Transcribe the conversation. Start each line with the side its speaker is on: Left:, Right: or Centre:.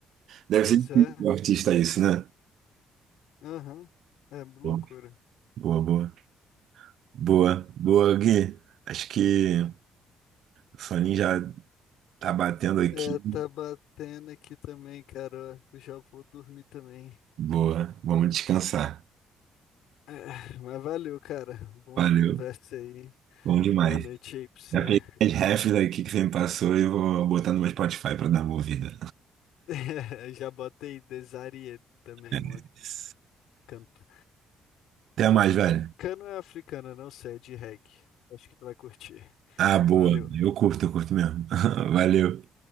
Right: Deve
Left: Pois
Right: ser difícil
Left: é,
Right: o artista isso, né?
Left: aham, É loucura.
Right: Bom, Boa, boa, boa, boa, Gui. Acho que o soninho já tá batendo aqui.
Left: É, tá batendo aqui também, cara. Ó, Eu já vou dormir também.
Right: Boa, vamos descansar.
Left: É, mas valeu, cara. Boa
Right: Valeu,
Left: conversa aí.
Right: bom demais.
Left: Boa noite aí pra você.
Right: Já peguei
Left: <laughs>
Right: as refs aqui que você me passou e vou botar no meu Spotify pra dar uma ouvida.
Left: É, Já botei Desarié também,
Right: É
Left: uma
Right: isso.
Left: canto.
Right: Até mais, velho.
Left: Cana africana, não sei, é de reggae. Acho que tu vai curtir.
Right: Ah, boa.
Left: Valeu.
Right: Eu curto, eu curto mesmo. <laughs> Valeu.